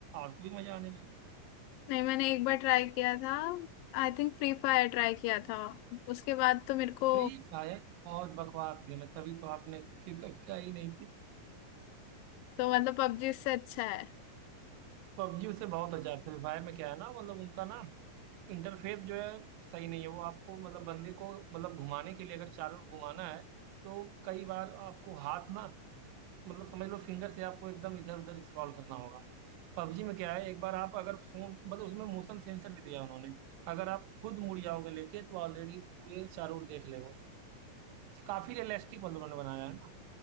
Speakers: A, on the right; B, on the left.
A: आपको भी मजा आने लगे
B: नहीं मैंने एक बार ट्राई किया था I think free fire try किया था उसके बाद तो मेरे को
A: फ्री फायर बहुत बकवास गेम है तभी तो आपने फिर कभी ट्राई ही नहीं की
B: तो मतलब पबजी इससे अच्छा है
A: पबजी उसे बहुत अच्छा है फ्री फायर में क्या है ना मतलब उनका ना इंटरफेस जो है सही नहीं है वो आपको मतलब बंदे को मतलब घुमाने के लिए अगर चारों ओर घुमाना है तो कई बार आपको हाथ ना मतलब समझ लो फिंगर से आपको एकदम इधर उधर स्क्रॉल करना होगा पबजी में क्या है एक बार आप अगर फोन मतलब उसमें मोशन सेंसर भी दिया है उन्होंने अगर आप खुद मुड़ जाओगे लेके तो ऑलरेडी पूरे चारों ओर देख लेगा काफी रियलिस्टिक मतलब उन्होंने बनाया है ना